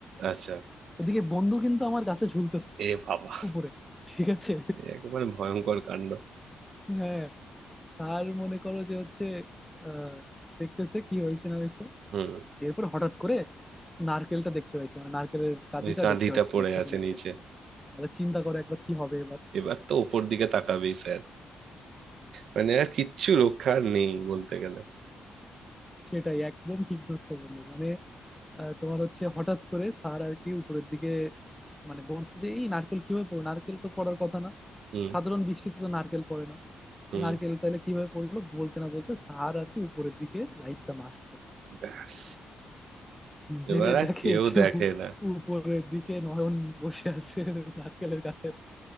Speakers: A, on the right; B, in the centre.
A: আচ্ছা
B: ওদিকে বন্ধু কিন্তু আমার গাছে ঝুলতেছে
A: এ বাবা
B: উপরে ঠিক আছে
A: এ একেবারে ভয়ঙ্কর কাণ্ড
B: হ্যাঁ স্যার মনে করো যে হচ্ছে আহ দেখতেছে কি হয়েছে না হয়েছে
A: হুম
B: এরপর হঠাৎ করে নারকেলটা দেখতে পাইছে মানে নারকেলের গাদিটা
A: ওই কাঁধিটা
B: দেখতে পাইছে
A: পড়ে
B: একটাতে
A: আছে
B: নারকেল
A: নিচে
B: তাহলে চিন্তা করে একবার কি হবে এবার
A: এবার তো ওপর দিকে তাকাবেই স্যার মানে আর কিচ্ছু রক্ষা আর নেই বলতে গেলে
B: সেটাই একদম ঠিক ধরছো বন্ধু মানে আহ, তোমার হচ্ছে হঠাৎ করে স্যার আর কি উপরের দিকে মানে বলছে যে এই নারকেল কিভাবে পড়ো নারকেল তো পড়ার কথা না
A: হুম
B: সাধারণ বৃষ্টিতে তো নারকেল পড়ে না
A: হুম
B: এই নারকেল তাহলে কিভাবে পড়লো বলতে না বলতে স্যার আর কি উপরের দিকে লাইটটা মারছে
A: ব্যাস
B: মেরে
A: এবার আর
B: দেখে
A: কেউ
B: যে
A: দেখে
B: উ-
A: না
B: উপরের দিকে নয়ন বসে আছে নারকেলের কাছে